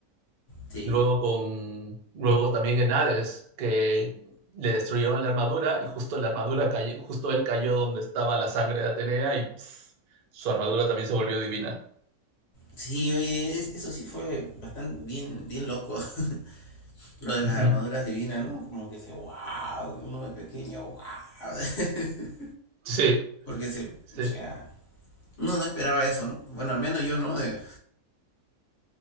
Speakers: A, on the left; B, on the right.
A: Sí.
B: luego con luego también en Hades, que le destruyeron la armadura y justo la armadura cayó, justo él cayó donde estaba la sangre de Atenea y pss, su armadura también se volvió divina.
A: Sí, oye, es- eso sí fue bastante bien, bien loco, <laughs> lo de las
B: Ujú.
A: armaduras divinas, ¿no? Como que se, wow, uno de pequeño, wow. <laughs>
B: Sí,
A: Porque se,
B: sí.
A: o sea, uno no esperaba eso, ¿no? Bueno, al menos yo no, de-